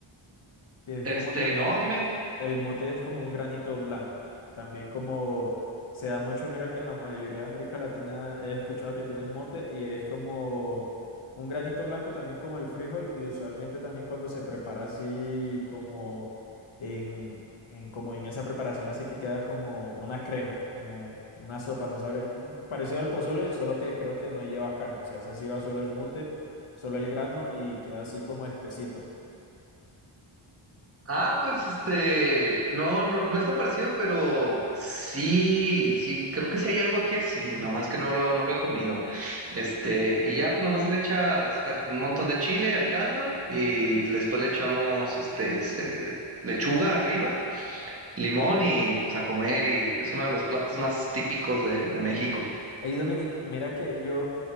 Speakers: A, on the left; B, on the right.
A: que es
B: Este,
A: como también,
B: no, dime.
A: el mote es como un granito blanco, también como se da mucho, mira que en la mayoría de América Latina he escuchado que tienen mote y es como un granito blanco también como el frijol y usualmente también cuando se prepara así como en, en como en esa preparación así que queda como una crema, como una sopa, no sabré, parecido al pozole, solo que creo que no lleva carne, o sea, ese sí va solo el mote, solo el grano y queda así como espesito.
B: Ah, pues este, no, no, no es tan parecido, pero sí, sí, creo que sí hay algo aquí así, nomás que no lo, no lo he comido. Este, y ya, pues nomás se le echas cas- un montón de chile al caldo y después le echamos, este, se- lechuga arriba, limón y pues a comer y es uno de los platos más típicos de, de México.
A: Hey Dominic, mira que yo,